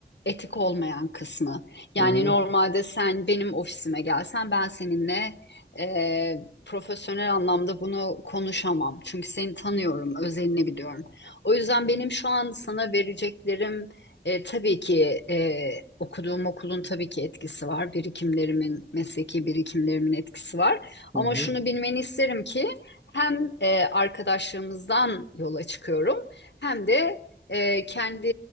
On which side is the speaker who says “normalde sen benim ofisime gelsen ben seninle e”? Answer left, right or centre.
Left